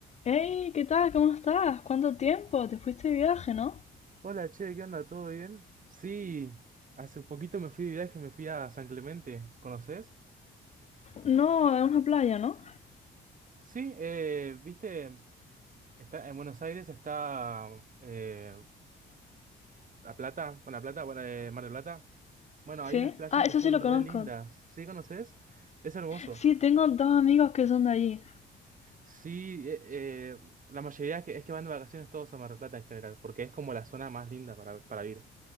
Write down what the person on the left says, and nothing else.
Hey, ¿qué tal? ¿Cómo estás? ¿Cuánto tiempo? Te fuiste de viaje, ¿no?
No, a una playa, ¿no?
Sí.
Ah,
eso
sí lo
conozco.
Sí, tengo dos amigos que son de allí.